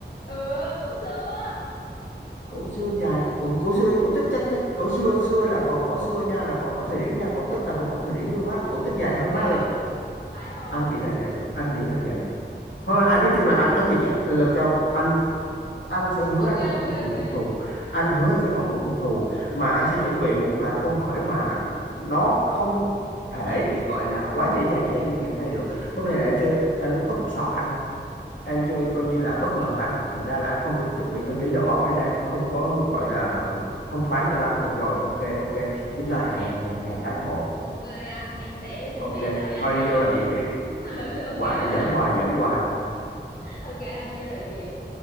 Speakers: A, on the left; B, on the left.
A: ừ cổ xưa
B: cổ xưa dài cổ, cổ xưa với cổ tích chắc chắc cổ xưa xưa là còn có xưa nha là còn có thời điểm nha còn tích là không có thời điểm luôn á cổ tích dài hơn
A: phải
B: má ơi
A: không phải không
B: anh nghĩ là vậy anh nghĩ là vậy thôi anh nói chung là anh nói thiệt chứ lần sau anh anh sẽ hứa
A: ok
B: anh sẽ có
A: ok
B: một buổi
A: ok
B: phục thù anh hứa anh sẽ có một buổi phục thù mà anh
A: Ờ,
B: sẽ chuẩn bị một loạt câu hỏi mà nó không thể gọi là quá dễ dàng với em như ngày hôm nay được hôm nay là em chơi anh úp sọt anh em chơi coi như là bất ngờ anh thành ra là anh không được chuẩn bị tâm lý đầu óc anh đang không có gọi là thông thoáng cho lắm được rồi ok ok chúng ta
A: hồi
B: hẹn
A: nãy
B: ngày ngày, ngày tái ngộ
A: ok anh em sẽ
B: ok
A: chuẩn bị đợi anh
B: thôi
A: ngày
B: đi
A: đó
B: vô làm việc đi
A: <laughs> ừ, ok
B: quả
A: bye bye
B: giỡn hoài giỡn hoài
A: ok đi vô làm việc